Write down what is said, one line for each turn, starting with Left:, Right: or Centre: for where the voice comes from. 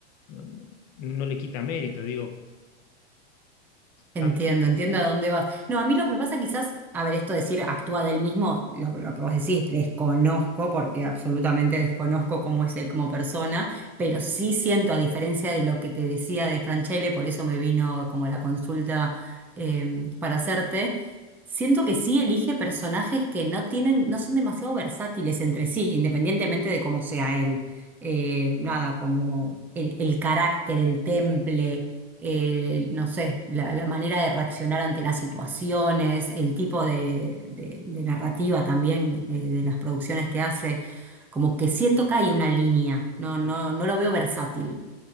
Left: no, no- no le quita mérito. Digo,
Centre: Entiendo,
Left: también,
Centre: entiendo a dónde vas. No, a mí lo que me pasa quizás, a ver, esto de decir actúa del mismo, lo, lo que vos decís, desconozco, porque absolutamente desconozco cómo es él como persona, pero sí siento, a diferencia de lo que te decía de Franchelle, por eso me vino como la consulta eh, para hacerte, siento que sí elige personajes que no tienen, no son demasiado versátiles entre sí, independientemente de cómo sea él. Eh, nada, como el, el carácter, el temple eh, no sé, la, la manera de reaccionar ante las situaciones, el tipo de, de- de narrativa también eh, de las producciones que hace, como que siento que hay una línea, no, no,
Left: sí,
Centre: no lo veo versátil,